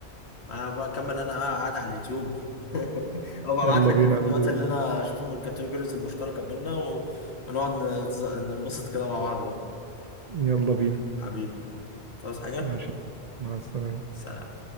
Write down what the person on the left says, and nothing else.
أنا بكمل أنا بقى قاعد على اليوتيوب <laughs> وببعت
لك
الفيديوهات
اللي أنا أشوفها في الكاتيجوريز المشتركة بينا و- ونقعد نتز- ننبسط كده مع بعض بقى
حبيبي تعوز حاجة؟
سلام